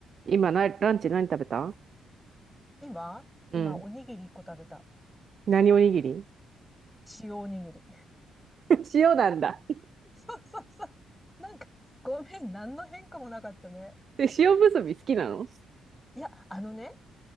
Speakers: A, on the right; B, in the centre.
A: 今な、ランチ何食べた
B: 今今、
A: うん。
B: おにぎり一個食べた。
A: 何おにぎり
B: 塩おにぎり。
A: <laughs> 塩なんだ。
B: <laughs> そうそうそう。なんか、ごめん、何の変化もなかったね。
A: で、塩むすび好きなの
B: いや、あのね、